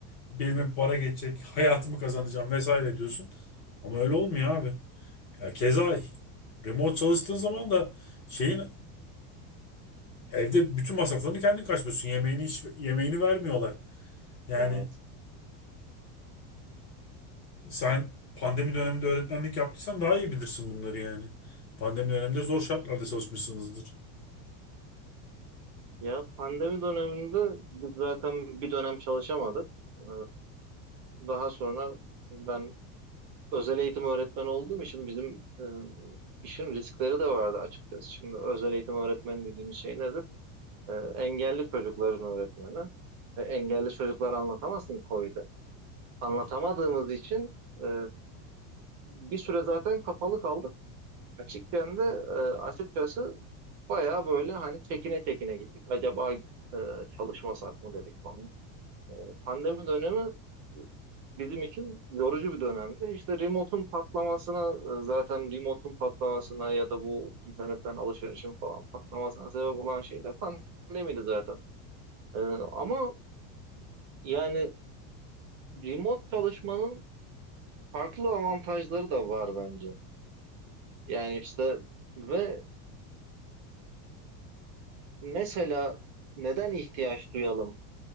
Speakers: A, on the left; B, on the right.
A: belime bir para geçecek, hayatımı kazanacağım vesaire diyorsun. Ama öyle olmuyor abi. Ya keza remote çalıştığın zaman da şeyin evde bütün masraflarını kendin karşılıyorsun. Yemeğini hiç, yemeğini vermiyorlar. Yani
B: evet.
A: sen pandemi döneminde öğretmenlik yaptıysan daha iyi bilirsin bunları yani. Pandemi döneminde zor şartlarda çalışmışsınızdır.
B: Ya pandemi döneminde biz zaten bir dönem çalışamadık. Ee, Daha sonra ben özel eğitim öğretmeni olduğum için bizim e, işin riskleri de vardı açıkçası. Şimdi özel eğitim öğretmeni dediğimiz şey nedir? E, engelli çocukların öğretmeni. E, engelli çocukları anlatamazsın koyda. Anlatamadığımız
A: Tabii canım.
B: için e, bir süre zaten kapalı kaldık. Açıkken de e, açıkçası bayağı böyle hani çekine çekine gittik. Acaba e, çalışmasak mı dedik falan. E, Pandemi dönemi e, bizim için yorucu bir dönemdi. İşte remote'un patlamasına e, zaten remote'un patlamasına ya da bu internetten alışverişin falan patlamasına sebep olan şey de pandemiydi zaten. E, ama yani remote çalışmanın farklı avantajları da var bence. Yani işte ve mesela neden ihtiyaç duyalım